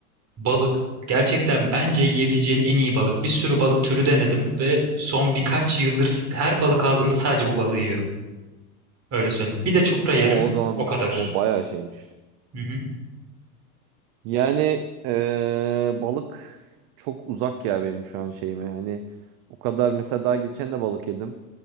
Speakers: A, on the right; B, on the right.
A: balık gerçekten bence yiyebileceğin en iyi balık bir sürü balık türü denedim ve son birkaç yıldır her balık aldığımda sadece bu balığı yiyorum öyle söyleyeyim bir de çupra yerim
B: O o zaman
A: o kadar.
B: o bayağı şeymiş.
A: Hı hı.
B: Yani eee, balık çok uzak ya benim şu an şeyime. Yani o kadar mesela daha geçen de balık yedim.